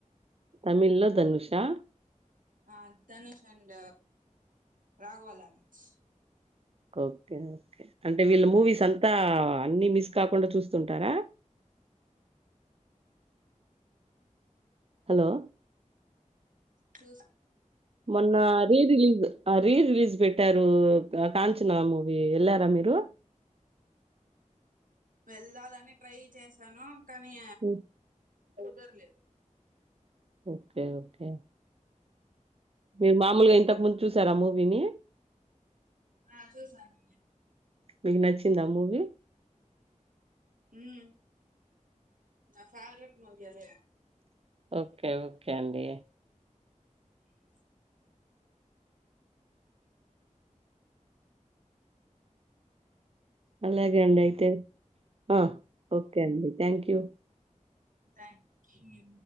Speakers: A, on the right (about 45°); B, on the right (about 85°).
A: తమిళ్ లో ధనుషా
B: ఆ Dhanush and Raghava Lawrence
A: okay okay అంట్ అంటే వీళ్ళ మూవీస్ అంతా అన్ని మిస్ కాకుండా చూస్తుంటారా హలో
B: చూస్
A: మొన్న రీ రిలీజ్ ఆ రీ రిలీజ్ పెట్టారు ఆ కాంచనా మూవీ వెళ్లారా మీరు
B: వెళ్లాలని ట్రై చేశాను కానీ
A: హ్మ్.
B: కుదర్లేదు
A: ఓకే ఓకే మీరు మామూలుగా ఇంతకుముందు చూసారా మూవీని
B: ఆ చూసాను నిన్నే
A: మీకు నచ్చిందా మూవీ
B: మ్మ్ నా ఫేవరెట్ మూవీ అదే
A: ఓకే ఓకే అండి
B: అ <inaudible>
A: అలాగే అండి అయితే ఆ ఓకే అండి థ్యాంక్ క్యూ
B: థ్యాంక్యూ